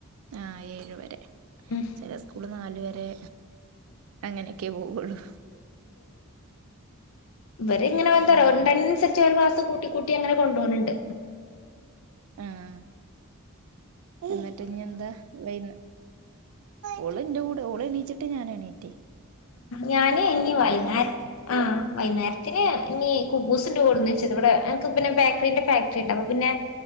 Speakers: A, on the right (about 75°); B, on the left (about 70°).
A: ആഹ ഏഴ വരെ
B: ഉം
A: ചില സ്കൂള് നാല വരെ അങ്ങനെയൊക്കെ പോവയുള്ളു.
B: ഇവരി ഇങ്ങനെ
A: ഉം
B: വ ചലാ ക്ലാസ്സ്‌ കൂട്ട കൂട്ടി അങ്ങെ കൊണ്ട്പോകുന്നുണ്ട്.
A: ആഹ എന്നിട്ട് ഇനിെന്താ വ ഓളിറ്റെ കൂടെ ഓള് എണീച്ചിട്ട് ഞാൻ എണീറ്റി
B: ഞാന് ഇനി വൈന്നാ ആഹ് വൈകുന്നേരത്തിന് ഇനി കുബ്ബുസ് കൊണ്ട് കൂടന്ന് വെച്ച ഇത് ഇവിടെ എനക്ക് പിന്നെ ബേക്കറിന്റെ ഫാക്ടറി ഉണ്ട് അപ്പൊ പിന്നെ